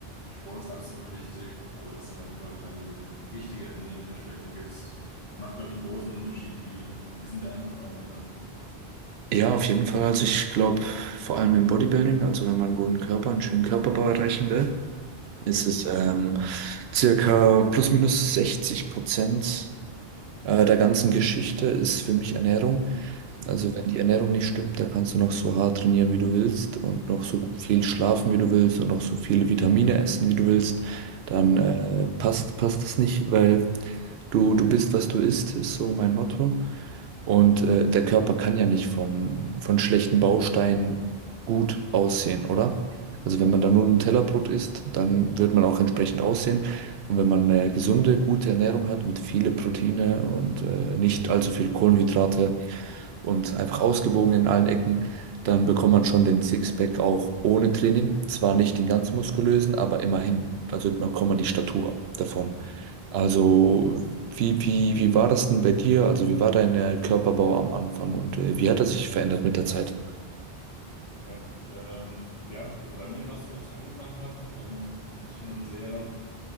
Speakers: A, on the left; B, on the right.
A: Sport ist absolut wichtig, aber dass du deinem Körper dann die richtige Ernährung entsprechend gibst, macht, glaube ich, einen großen Unterschied. Wie, wie sind deine Erfahrungen da?
B: Ja, auf jeden Fall. Also ich glaube, vor allem im Bodybuilding, also wenn man einen guten Körper, einen schönen Körperbau erreichen will,
A: Mhm.
B: ist es ähm, circa plus minus 60 Prozent
A: Mhm.
B: äh, der ganzen Geschichte ist für mich Ernährung. Also
A: Mhm.
B: wenn die Ernährung nicht stimmt, da kannst du noch so hart trainieren, wie du willst und noch so
A: Mhm.
B: viel schlafen, wie du willst und noch so viele Vitamine essen, wie du willst. Dann äh, passt passt es nicht, weil du du bist, was du isst, ist so mein Motto. Und äh, der Körper kann ja nicht von von schlechten Bausteinen gut aussehen, oder? Also wenn man da nur Nutella-Brot isst, dann wird man auch entsprechend aussehen. Und wenn man eine gesunde, gute Ernährung hat mit viele Proteine und äh, nicht allzu viel Kohlenhydrate und einfach ausgewogen in allen Ecken, dann bekommt man schon den Sixpack auch ohne Training. Zwar nicht den ganz muskulösen, aber immerhin. Also man bekommt man die Statur davon. Also wie, wie, wie war das denn bei dir? Also wie war dein äh, Körperbau am Anfang und äh, wie hat er sich verändert mit der Zeit?
A: Ja, ähm, ja, also bei mir war es so, als ich angefangen habe, ähm, hatte ich immer einen sehr